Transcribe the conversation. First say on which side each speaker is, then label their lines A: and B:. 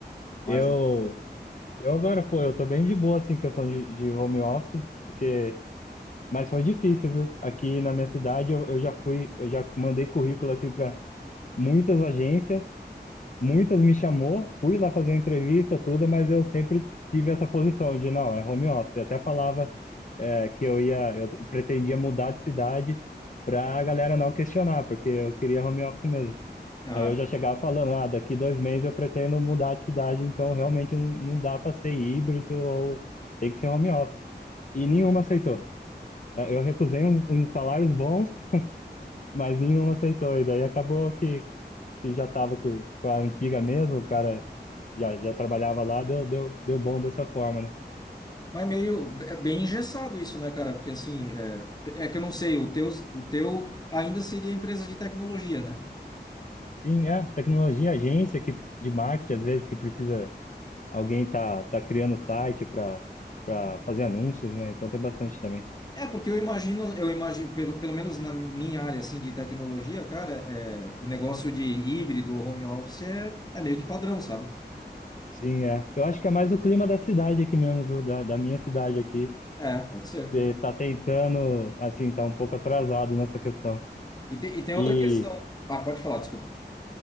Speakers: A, on the left; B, on the left.
A: Mas
B: Eu, eu agora, pô, eu tô bem de boa, assim, em questão de, de home office, porque... Mas foi difícil, viu? Aqui na minha cidade, eu, eu já fui, eu já mandei currículo, assim, para muitas agências, muitas me chamou, fui lá fazer entrevista, tudo, mas eu sempre tive essa posição de não, é home office. Eu até falava é, que eu ia, eu pretendia mudar de cidade para a galera não questionar, porque eu queria home office mesmo.
A: ah,
B: Aí eu já chegava falando, ah, daqui dois meses eu pretendo mudar de cidade, então realmente não, não dá para ser híbrido ou tem que ser home office. E nenhuma aceitou. É, Eu recusei uns um, uns salários bons, mas nenhuma aceitou. E daí acabou que, que já estava com, com a antiga mesmo, o cara já, já trabalhava lá, deu, deu, deu bom dessa forma, né?
A: Mas meio é bem engessado isso, né, cara? Porque assim, é, é que eu não sei, o teu, o teu ainda seria empresa de tecnologia, né?
B: Sim, é, tecnologia, agência que, de marketing, às vezes, que precisa, alguém tá, tá criando site para para fazer anúncios, né? Então tem bastante também.
A: É, porque eu imagino, eu imagino, pelo, pelo menos na minha área assim de tecnologia, cara, é, o negócio de híbrido ou home office é, é meio que padrão, sabe?
B: Sim, é. Eu acho que é mais o clima da cidade aqui mesmo, viu? Da, da minha cidade aqui.
A: É, pode ser.
B: Eh, tá tentando, assim, tá um pouco atrasado nessa questão.
A: E, te, e tem
B: E.
A: outra questão. Ah, pode falar, desculpa.